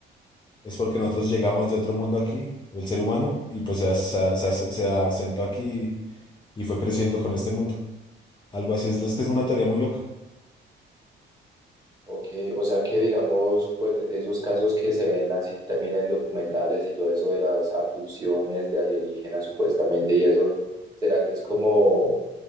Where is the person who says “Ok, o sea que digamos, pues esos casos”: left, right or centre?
Right